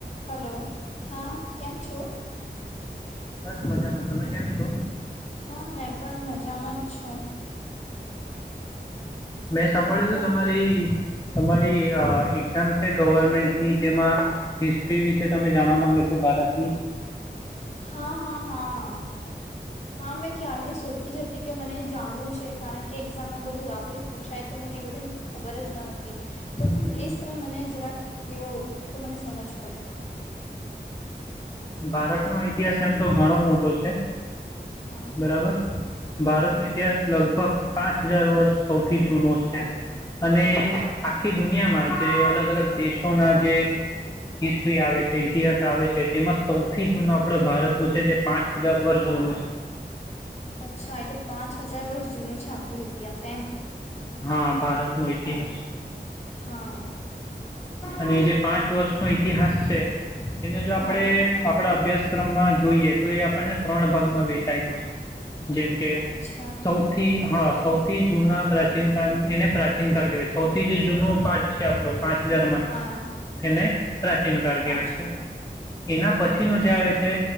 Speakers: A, on the left; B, on the left.
A: Hello, હા, કેમ છો? <unintelligible>
B: બસ, મજામાં. તમે કેમ છો?
A: હા, મેં પણ મજામાં જ છું.
B: મેં સાંભળ્યું
A: બોલ
B: હતું
A: તમ
B: તમારી. તમારી
A: હા
B: એક્ઝામ? ગવર્મેન્ટની જેમાં હિસ્ટ્રી વિશે તમે જાણવા માંગો છો ભારતની?
A: હા, હા, હા, હા. મેં ક્યારની શોધતી જ હતી કે મને જાણવું છે, કારણ કે એક્ઝામમાં બધું આ બધું પૂછાય, તો મને એ બધાને ખબર જ ન હતી, તો
B: હમ,
A: પ્લીઝ તમે મને જરા કેવો, તો મને સમજ પડે.
B: ભારતનો ઇતિહાસ એમ તો ઘણો મોટો છે.
A: હા
B: બરાબર ભારત
A: હા
B: ન ઇતિહાસ લ લગભગ પાંચ હજાર વર્ષ સૌથી જૂનો છે અને આખી દુનિયામાં જે અલગ અલગ દેશોના જે હિસ્ટ્રી આવે છે ઇતિહાસ આવે છે તેમાં સૌથી જૂનું આપડા ભારત ન છે જે પાંચ હજાર વર્ષ જૂનું છે
A: અચ્છા એટલે પાંચ હજાર વર્ષ જૂનું છે આપણો ઇતિહાસ એમ
B: હા ભારત નો ઇતિહાસ
A: હા
B: અને જે પાંચ વર્ષ નો ઈતિહાસ છે એને જો
A: હા
B: આપડે આપડા અભ્યાસક્રમમાં જોઈએ તો એ આપણને ત્રણ ભાગમાં વેચાયેલું છે જેમ કે
A: અચ્છા
B: સૌથી હા સૌથી જૂના પ્રાચીન કાળ એને પ્રાચીન કાળ કહેવાય સૌથી જે જૂનો પાઠ છે આપણો પાંચ હજાર માંથી
A: હા
B: તેને પ્રાચીન કાળ
A: પ્રાચીન
B: કહેવાય છે
A: કાળ
B: એના
A: હા
B: પછીનું જે આવે છે.